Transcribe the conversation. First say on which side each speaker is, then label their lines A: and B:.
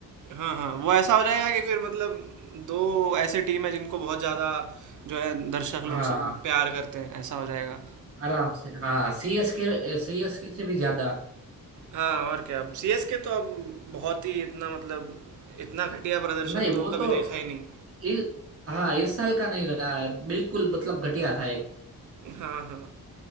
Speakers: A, on the right; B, on the right.
A: हाँ हाँ वो ऐसा हो जाएगा कि फिर मतलब दो ऐसे टीम है जिनको बहुत ज्यादा जो है दर्शक
B: हाँ
A: लोग सब प्यार करते हैं ऐसा हो जाएगा
B: आराम से हाँ सीएसके सीएसके से भी ज्यादा
A: हाँ और क्या अब सीएसके तो अब बहुत ही इतना मतलब इतना घटिया प्रदर्शन
B: नहीं
A: तो
B: वो
A: कभी
B: तो
A: देखा ही नहीं
B: इस हाँ इस साल का नहीं रहा है बिल्कुल मतलब घटिया था एक
A: हाँ हाँ